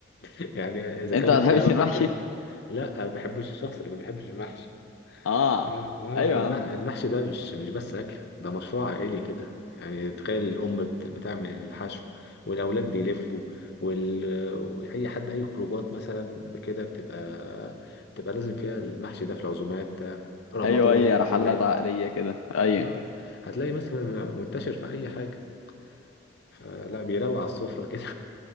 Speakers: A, on the left; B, on the left.
A: <laughs> يعني اذا
B: انت
A: كان
B: ما
A: اختياراتك
B: بتحبش المحشي
A: كده لا انا ما بحبش الشخص اللي ما بيحبش المحشي
B: اه
A: اه اه
B: ايوه
A: ده
B: يا
A: الم-
B: عم
A: المحشي ده مش مش بس اكل ده مشروع عائلي كده يعني تخيل الام بت- بتعمل الحشو والاولاد بيلفوا وال... اي حد اي خروجات مثلا بكده بتبقى بتبقى لازم فيها المحشي ده في العزومات بتاع رمضان
B: ايوه اي رحلات
A: العيد
B: عقليه كده ايوه
A: اه هتلاقي مثلا منتشر في اي حاجه فلا بيروق على السفره كده